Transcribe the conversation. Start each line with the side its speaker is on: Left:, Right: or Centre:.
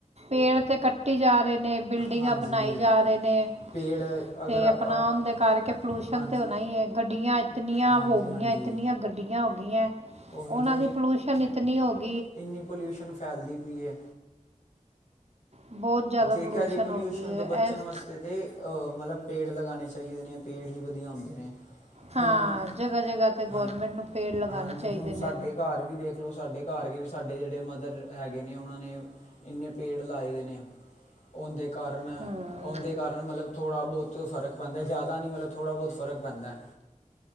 Right: ਪੇੜ ਤੇ ਕੱਟੀ ਜਾ ਰਹੇ ਨੇ ਬਿਲਡਿੰਗਾਂ
Left: ਹਾਂਜੀ
Right: ਬਣਾਈ ਜਾ ਰਹੇ ਨੇ
Left: ਪੇੜ ਅਗਰ
Right: ਤੇ
Left: ਆਪਾਂ
Right: ਆਪਣਾ ਉਨ ਦੇ ਕਰਕੇ ਪੋਲਊਸ਼ਨ
Left: ਹਾਂਜੀ
Right: ਤੇ ਹੋਣਾ ਹੀ ਹੈ। ਗੱਡੀਆਂ ਇੰਨੀਆਂ
Left: ਹਾਂਜੀ
Right: ਹੋ ਗਈਆਂ
Left: ਹਾਂਜੀ
Right: ਇਤਨੀਆਂ ਗੱਡੀਆਂ ਆਂ ਹੋਗੀਆਂ
Left: ਉਹੀ
Right: ਉਹਨਾਂ
Left: ਤੇ
Right: ਦੀ ਪੋਲਿਊਸ਼ਨ ਇੱਕ ਨਹੀਂ ਹੋਗ
Left: ਇੰਨੀ ਪੋਲਿਊਸ਼ਨ ਫੈਲਦੀ ਪਈ ਏ।
Right: ਬਹੁਤ ਜ਼ਿਆਦਾ
Left: ਦੇਖਿਆ
Right: ਪੋਲੂਸ਼ਨ
Left: ਜੇ ਪੋਲਿਊਸ਼ਨ
Right: ਹੋ ਗਈ ਹੈ
Left: ਤੋਂ ਬਚਣ
Right: ਇਸ
Left: ਵਾਸਤੇ ਤੇ ਅਹ ਮਤਲਬ ਪੇੜ ਲਗਾਣੇ ਚਾਹੀਦੇ ਨੇ। ਪੇੜ ਹੀ ਵਧੀਆ ਹੁੰਦੇ ਨੇ।
Right: ਹਾਂ
Left: ਹੁਣ
Right: ਜਗ੍ਹਾ ਜਗ੍ਹਾ ਤੇ
Left: ਹਾਂ
Right: ਗਰਮੈਂਟ ਨੂੰ ਪੇੜ ਲਗਾਣੇ
Left: ਹਾਂਜੀ
Right: ਚਾਹੀਦੇ
Left: ਹੁਣ
Right: ਨੇ।
Left: ਸਾਡੇ ਘਰ ਵੀ ਦੇਖ ਲਓ ਸਾਡੇ ਘਰ ਗ ਵੀ ਸਾਡੇ ਜਿਹੜੇ ਮਦਰ ਹੈਗੇ ਨੇ ਉਹਨਾਂ ਨੇ ਇੰਨੇ ਪੇੜ ਲਾਏ ਦੇ ਨੇ। ਉਨ ਦੇ ਕਾਰਨ
Right: ਹੂੰ
Left: ਉਹਦੇ ਕਾਰਨ ਮਤਲਬ ਥੋੜ੍ਹਾ ਬਹੁਤ ਫਰਕ ਪੈਂਦਾ, ਜਾਦਾ ਨਹੀਂ ਮਤਲਬ ਥੋੜ੍ਹਾ ਬਹੁਤ ਫਰਕ ਪੈਂਦਾ।